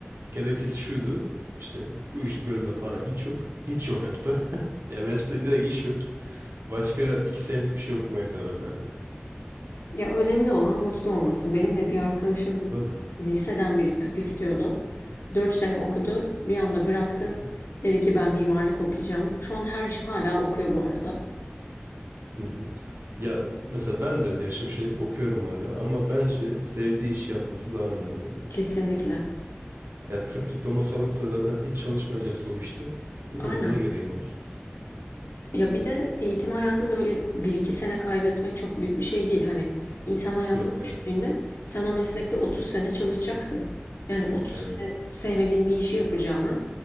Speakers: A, on the right; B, on the left.
A: gerekçesi şuydu. İşte bu iş bölümde para hiç yok. Hiç yok hatta. <laughs> Ya mesleği direkt iş yok. Başka iki senelik bir şey okumaya karar verdi.
B: Ya önemli olan mutlu olması. Benim de bir arkadaşım
A: Tabii. Hı
B: liseden beri tıp istiyordu. 4 sene okudu. Bir anda bıraktı.
A: hı.
B: Dedi ki ben mimarlık okuyacağım. Şu an her işi hala okuyor bu arada.
A: Hı hı. Ya mesela ben de yaşım şey okuyorum hala ama bence sevdiği işi yapması daha önemli.
B: Kesinlikle.
A: Ya tıp diploması alıp da zaten hiç çalışmayacaksa o işte değil
B: Aynen.
A: mi? Ne gereği var?
B: Ya bir de eğitim hayatında öyle bir iki sene kaybetmek çok büyük bir şey değil. Hani insan hayatını
A: Yok evet.
B: düşündüğünde sen o meslekte 30 sene çalışacaksın. Yani 30
A: Evet.
B: sene sevmediğin bir işi yapacağına